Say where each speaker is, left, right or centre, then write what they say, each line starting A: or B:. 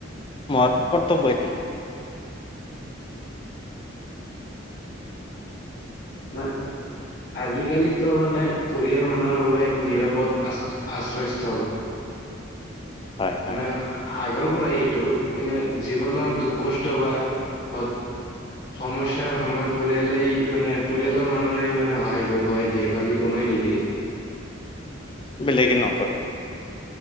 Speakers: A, on the left (about 25°); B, on the left (about 45°).
A: মৰ কৰ্তবব্য এতিয়া।
B: হয়। আজিকালিতো মানে পৰিয়াল মানুহৰ বাবে এক নিৰাপদ আ, আশ্ৰয়স্থল।
A: হয় হয়
B: মানে আগৰ এইটো মানে জীৱনৰ দুখ কষ্ট বা সমস্য়াৰ সময়ত পৰিয়ালেই মানে পৰিয়ালৰ মানুহে মানে সহায় হয়ায় দিয়ে বাকী কোনো নিদিয়ে।
A: বেলেগ নকৰে।